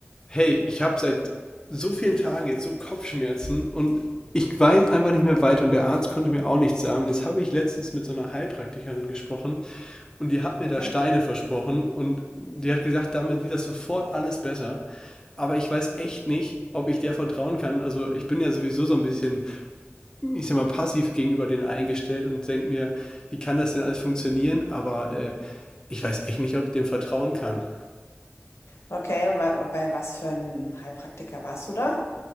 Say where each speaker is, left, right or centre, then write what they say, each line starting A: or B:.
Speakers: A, on the left (about 15°); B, on the left (about 80°).
A: Hey, ich habe seit so vielen Tagen jetzt so Kopfschmerzen und ich weiß einfach nicht mehr weiter und der Arzt konnte mir auch nichts sagen. Jetzt habe ich letztens mit so einer Heilpraktikerin gesprochen und die hat mir
B: Okay.
A: da Steine versprochen und die hat gesagt, damit wird das sofort alles besser. Aber ich weiß echt nicht, ob ich der vertrauen kann. Also ich bin ja sowieso so ein bisschen, ich sag mal, passiv gegenüber denen eingestellt und denke mir, wie kann das denn alles funktionieren? Aber äh, ich weiß echt nicht, ob ich dem vertrauen kann.
B: Okay, und bei, bei was für einem Heilpraktiker warst du da?